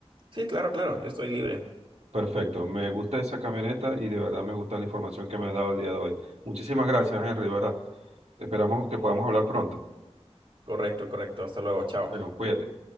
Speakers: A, on the right (about 50°); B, on the right (about 75°).
A: Sí, claro, claro, yo estoy libre.
B: Perfecto, me gusta esa camioneta y de verdad me gusta la información que me has dado el día de hoy. Muchísimas gracias, Henry, de verdad. Esperamos que podamos hablar pronto.
A: Correcto, correcto. Hasta luego, chao.
B: Bueno, cuídate.